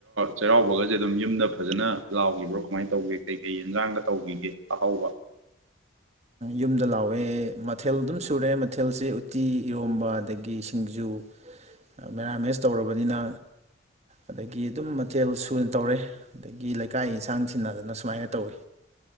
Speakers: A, on the right; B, on the right.
A: ꯆꯩꯔꯥꯎꯕꯒꯁꯦ ꯑꯗꯨꯝ ꯌꯨꯝꯗ ꯐꯖꯅ ꯂꯥꯎꯈꯤꯕ꯭ꯔꯣ ꯀꯃꯥꯏꯅ ꯇꯧꯒꯦ ꯀꯩꯀꯩ ꯌꯦꯟꯖꯥꯡꯒ ꯇꯧꯈꯤꯒꯦ ꯑꯍꯥꯎꯕ
B: ꯌꯨꯝꯗ ꯂꯥꯎꯋꯦ ꯃꯊꯦꯜ ꯑꯗꯨꯝ ꯁꯨꯔꯦ ꯃꯊꯦꯜꯁꯦ ꯎꯠꯇꯤ ꯏꯔꯣꯝꯕ ꯑꯗꯒꯤ ꯁꯤꯡꯖꯨ ꯃꯦꯔꯥꯃꯦꯁ ꯇꯧꯔꯕꯅꯤꯅ ꯑꯗꯒꯤ ꯑꯗꯨꯝ ꯃꯊꯦꯜ ꯁꯨꯅ ꯇꯧꯔꯦ ꯑꯗꯒꯤ ꯂꯩꯀꯥꯏ ꯌꯦꯟꯁꯥꯡ ꯊꯟꯅꯗꯅ ꯁꯨꯃꯥꯏꯅ ꯇꯧꯋꯦ